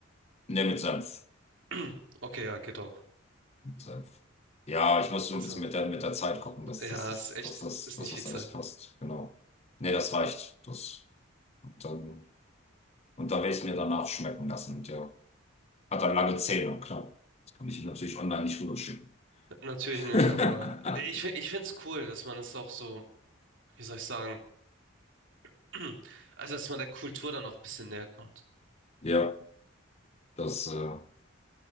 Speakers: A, on the left; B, on the right.
A: nee, mit Senf.
B: <clears throat> Okay, ja, geht auch.
A: Mit Senf. Ja, ich muss so
B: Also,
A: ein bisschen mit der, mit der Zeit gucken, dass,
B: ja,
A: dass, dass,
B: ist echt,
A: dass, dass,
B: ist
A: dass
B: nicht
A: das
B: viel Zeit.
A: alles passt. Genau. Nee, das reicht. Das, und dann, und dann werde ich es mir danach schmecken lassen. Und ja. Hat dann lange Zähne, klar. Das kann ich natürlich online nicht rüberschicken.
B: Natürlich nicht,
A: <laughs>
B: aber ich, fi- ich finde es cool, dass man es auch so, wie soll ich sagen, <clears throat> also dass man der Kultur dann noch ein bisschen näher kommt.
A: Ja, das, äh,